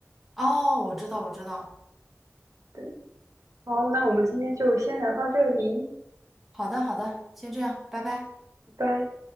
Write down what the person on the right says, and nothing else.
对，好，那我们今天就先聊到这里，
拜拜。